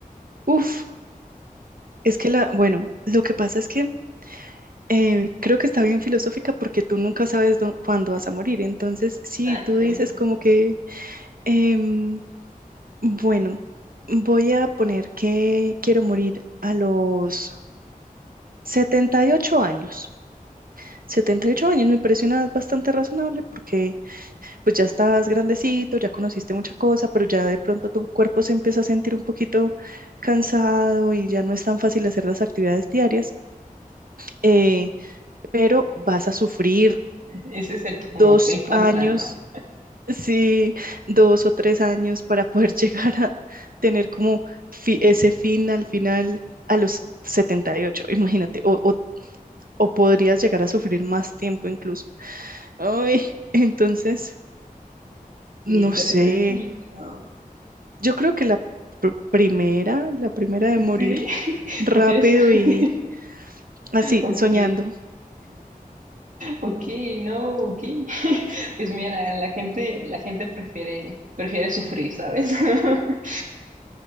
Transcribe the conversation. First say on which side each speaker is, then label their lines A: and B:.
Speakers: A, on the right; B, on the right.
A: Uf, es que la, bueno, lo que pasa es que eh, creo que está bien filosófica porque tú nunca sabes dó- cuándo vas a morir. Entonces, sí,
B: Exacto.
A: tú dices como que, em, bueno, voy a poner que quiero morir a los 78 años. 78 años me parece una edad bastante razonable porque pues ya estás grandecito, ya conociste mucha cosa, pero ya de pronto tu cuerpo se empieza a sentir un poquito cansado y ya no es tan fácil hacer las actividades diarias, eh, pero vas a sufrir
B: Ese es el, como
A: dos
B: el contra,
A: años,
B: ¿no?
A: sí, dos o tres años para poder <laughs> llegar a tener como fi- ese fin al final a los 78. imagínate, o, o, o podrías llegar a sufrir más tiempo incluso. Ay, entonces,
B: Sí,
A: no
B: está,
A: sé.
B: está complicado.
A: Yo creo que la pr- primera, la primera de morir
B: Sí, <laughs>
A: rápido
B: porque es...
A: y
B: <laughs>
A: así,
B: Ok,
A: soñando.
B: ok, no, ok. <laughs> Pues mira, la gente, la gente prefiere, prefiere sufrir, ¿sabes? <laughs>